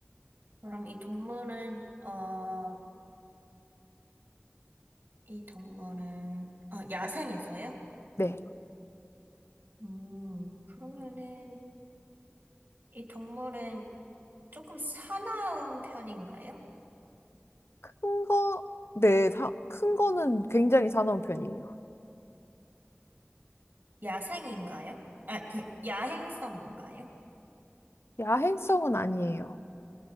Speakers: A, on the right; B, on the left.
A: 그럼 이 동물은, 어, 이 동물은, 어, 야생에서요?
B: 네.
A: 음, 그러면은, 이 동물은 조금 사나운 편인가요?
B: 큰 거, 네, 사, 큰 거는 굉장히 사나운 편이에요.
A: 야생인가요? 아, 그, 야행성인가요?
B: 야행성은 아니에요.